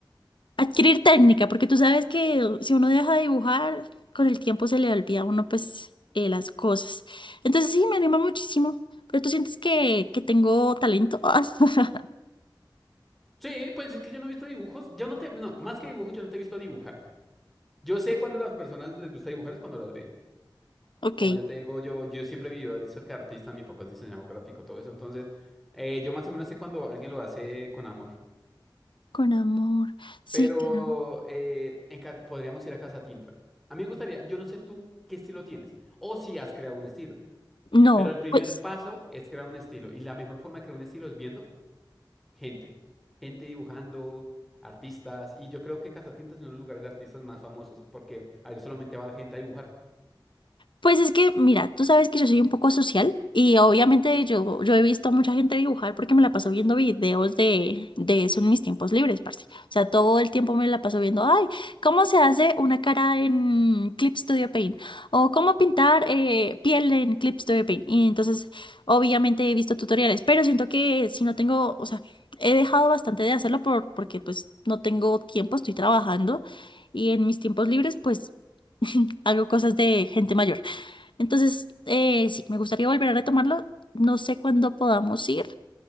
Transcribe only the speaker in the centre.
Sí, pues es que yo no he visto dibujos, yo no te, no, más que dibujos, yo no te he visto dibujar. Yo sé cuando las personas les gusta dibujar es cuando las ven.
Como yo te digo, yo, yo siempre viví de cerca de artista, mi papá es diseñador gráfico, todo eso, entonces eh, yo más o menos sé cuando alguien lo hace con amor.
Pero
eh, en ca- podríamos ir a Casa Tinta. A mí me gustaría, yo no sé tú qué estilo tienes o si has creado un estilo,
pero el primer
paso es crear un estilo y la mejor forma de crear un estilo es viendo gente, gente dibujando, artistas y yo creo que Casa Tinta es uno de los lugares de artistas más famosos porque a ellos solamente va gente a dibujar.